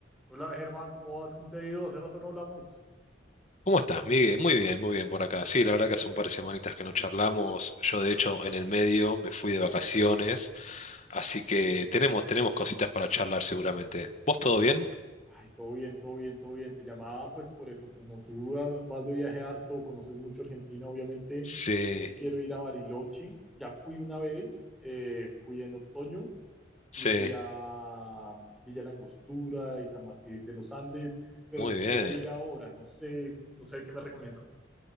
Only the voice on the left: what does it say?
¿Cómo estás, Miguel? Muy bien, muy bien por acá. Sí, la verdad que hace un par de semanitas que no charlamos. Yo, de hecho, en el medio me fui de vacaciones, así que tenemos, tenemos cositas para charlar seguramente. ¿Vos todo bien?
Sí,
sí,
muy
bien.